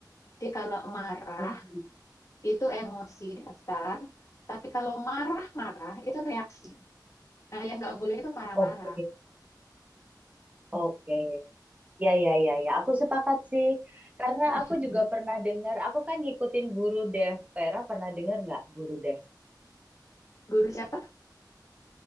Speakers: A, on the left (about 45°); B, on the right (about 20°).
A: Jadi kalau marah
B: Hmm,
A: itu emosi dasar, tapi kalau marah-marah itu reaksi. Nah, yang nggak boleh itu marah-marah.
B: Oke, oke. Ya, ya, ya, ya. Aku sepakat sih. Karena
A: <laughs>
B: aku juga pernah dengar, aku kan ngikutin guru Dev. Vera pernah dengar nggak guru Dev?
A: Guru siapa?